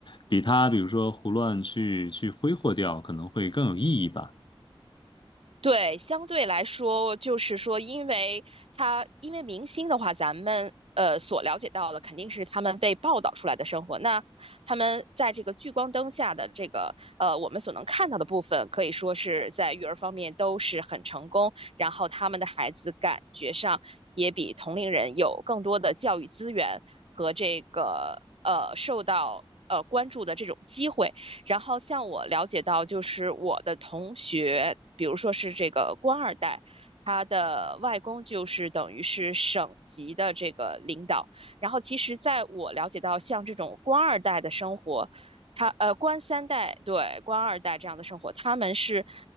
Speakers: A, on the left (about 55°); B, on the right (about 80°).
A: 比他比如说胡乱去去挥霍掉，可能会更有意义吧。
B: 对，相对来说，就是说，因为他因为明星的话，咱们呃所了解到的肯定是他们被报道出来的生活。那他们在这个聚光灯下的这个呃我们所能看到的部分，可以说是在育儿方面都是很成功，然后他们的孩子感觉上也比同龄人有更多的教育资源和这个呃受到呃关注的这种机会。然后像我了解到，就是我的同学，比如说是这个官二代，他的外公就是等于是省级的这个领导。然后其实在我了解到，像这种官二代的生活，他呃官三代对官二代这样的生活，他们是。